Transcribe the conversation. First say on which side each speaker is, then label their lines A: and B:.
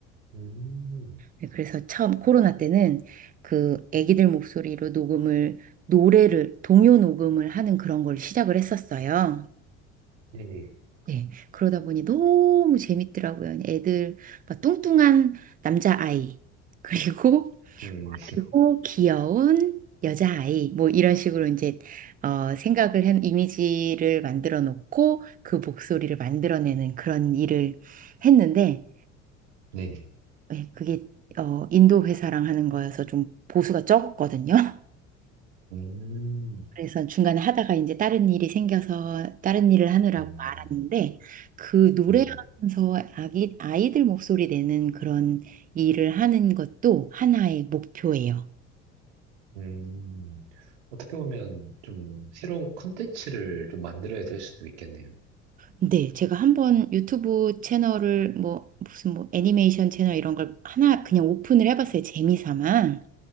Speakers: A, on the right; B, on the right.
A: 음.
B: 네, 그래서 처음 코로나 때는 그 아기들 목소리로 녹음을 노래를 동요 녹음을 하는 그런 걸 시작을 했었어요.
A: 네네.
B: 네, 그러다 보니 너무 재밌더라고요. 애들 막 뚱뚱한 남자아이 그리고 <laughs>
A: 음.
B: 그리고 귀여운 여자아이 뭐 이런 식으로 이제 어, 생각을 한 이미지를 만들어 놓고 그 목소리를 만들어내는 그런 일을 했는데
A: 네네.
B: 예, 그게 어, 인도 회사랑 하는 거여서 좀 보수가 적거든요. <laughs>
A: 음.
B: 그래서 중간에 하다가 이제 다른 일이 생겨서 다른 일을 하느라고
A: 음.
B: 말았는데 그 노래하면서
A: 네네.
B: 아기, 아이들 목소리 내는 그런 일을 하는 것도 하나의 목표예요.
A: 음. 어떻게 보면 좀 새로운 컨텐츠를 좀 만들어야 될 수도 있겠네요.
B: 네, 제가 한번 유튜브 채널을 뭐 무슨 뭐 애니메이션 채널 이런 걸 하나 그냥 오픈을 해봤어요. 재미삼아.